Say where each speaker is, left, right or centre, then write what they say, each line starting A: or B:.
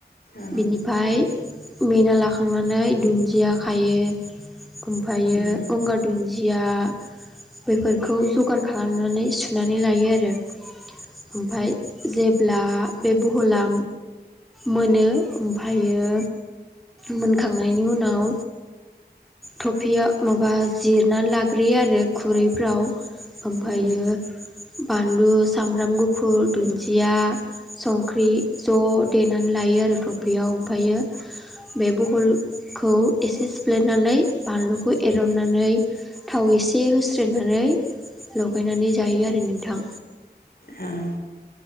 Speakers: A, on the left; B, in the centre.
A: औ
B: बिनिफाय मेना लाखांनानै दुन्दिया खायो ओमफायो
A: उम
B: गंगार दुन्दि दिमा बेफोरखौ जगार खालामनानै सुनानै लायो आरो रो ओमफाय जेब्ला बे बहला मोनो ओमफायो मोनखांनायनि उनाव थफियाव माबा जिरनानै लाग्रोयो आरो खुरैफ्राव ओमफायो
A: उम
B: बानलु सामब्राम गुफुर दुन्दिया संख्रि ज' देनानै लायो आरो टफियाव ओमफायो बे बहलखौ एसे सिफ्लेनानै बानलुखौ एरननानै थाव एसे होस्रोनानै लगायनानै जायो आरो नोंथां
A: ओह